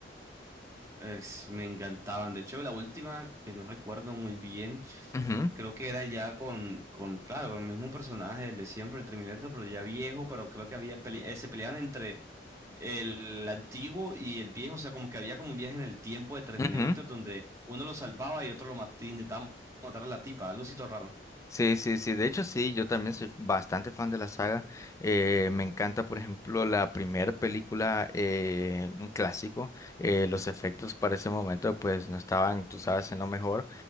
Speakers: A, on the right; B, on the left.
A: Es- me encantaban. De hecho, la última, que no recuerdo muy bien.
B: Ujú,
A: Creo que era ya con, con, claro, con el mismo personaje, el de siempre, el Terminator, pero ya viejo, pero creo que había pele- eh, se peleaban entre el antiguo y el viejo, o sea, como que había como un viaje en el tiempo de Terminator
B: ujú.
A: donde uno lo salvaba y otro lo mataba, intentaba matar a la tipa, algo así todo raro.
B: Sí, sí, sí. De hecho, sí, yo también soy bastante fan de la saga. Eh, me encanta, por ejemplo, la primera película, eh, un clásico. Eh, los efectos para ese momento, pues, no estaban, tú sabes, en lo mejor.